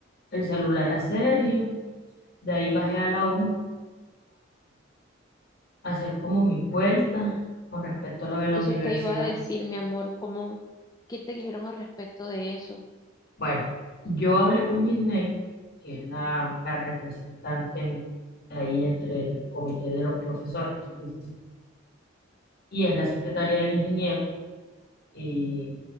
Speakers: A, on the left (about 55°); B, on the left (about 20°).
A: el celular a Sergio, de ahí bajé a la U hacer como mis vueltas con respecto a lo de la
B: Eso
A: universidad.
B: te iba a decir, mi amor, ¿cómo, qué te dijeron al respecto de eso?
A: Bueno, yo hablé con Gisney, que es la, la representante ahí entre el comité de los profesores, que dice así, y es la secretaria del ingeniero, eh,